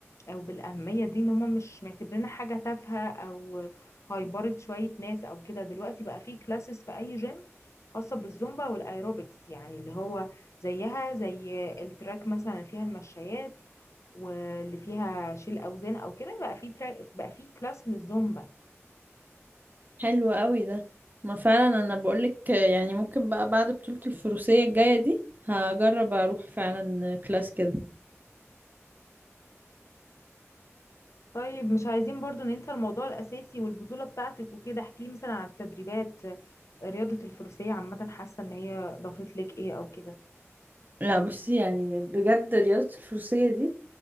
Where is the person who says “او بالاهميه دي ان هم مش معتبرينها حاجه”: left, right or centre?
Left